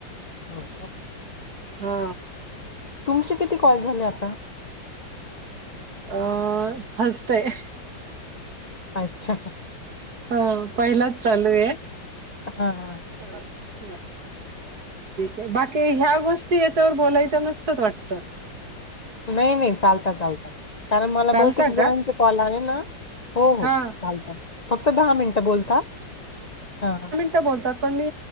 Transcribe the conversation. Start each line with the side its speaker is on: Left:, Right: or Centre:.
Left: हा का.
Right: हो.
Left: तुमचे किती कॉल झाले आता
Right: अ हं फस्ट आहे.
Left: अच्छा
Right: हो पहिलाच चालू आहे.
Left: हा हा.
Right: ठीक आहे बाकी ह्या गोष्टीच तर बोलायच नुसतंच वाटतं.
Left: नाही नाही चालता चालता कारण मला
Right: चालता
Left: बहुतेक
Right: का
Left: जणांचे कॉल आलेना हो हो
Right: हा
Left: चालता फक्त दहा मिनटं बोलता हा हं.
Right: ते बोलतात कि मी